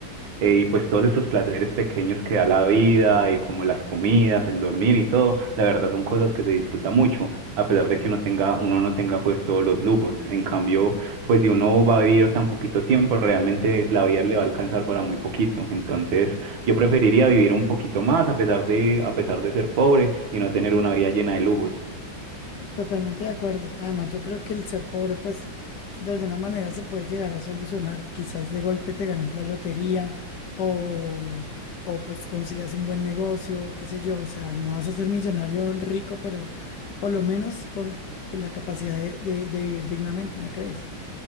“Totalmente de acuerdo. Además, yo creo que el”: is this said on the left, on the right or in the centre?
Left